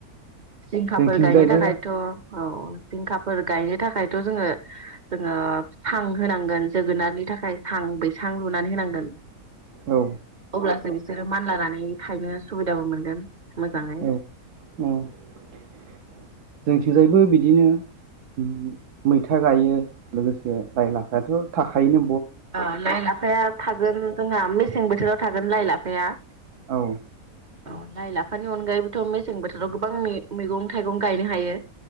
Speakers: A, on the right; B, on the right.
A: जिंखाफोर
B: जोंथिंजायबो
A: गायनो थाखायथ' औ जिंखाफोर गायनो थाखायथ' जोङो जोङो सां होनां गोन जोगोनारनि थाखाय सां बैसां लुनानै होनांगोन
B: औ
A: अब्लासो बिसोरो मानलानानै थायनो सुबिदाबो मोनगोन मोजाङै
B: औ औ <unintelligible> थिंजायबो बिदिनो ओम मैथा गायो लोगोसे लाइ लाफायाथ' थाखोयोनो
A: ओ लाइ लाफाया थागोन जोंहा मेसें बोथोराव थागोन लाइ लाफाया
B: औ
A: अ लाइ लाफानि अनगायैबोथ' मेसें बोथोराव गोबां मे-मैगं थाइग गं गायनो हायो